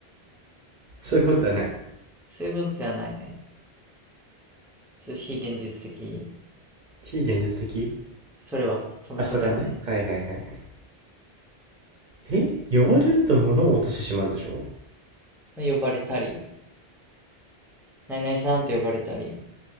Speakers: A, on the right; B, in the centre.
A: そういうことはない。
B: そういうことではないね。ちょっと非現実的。
A: 非現実的
B: それは、その答えはね。
A: あ、それはね。はいはいはいはい。え呼ばれると物を落としてしまうでしょ
B: まあ呼ばれたり、何々さんって呼ばれたり、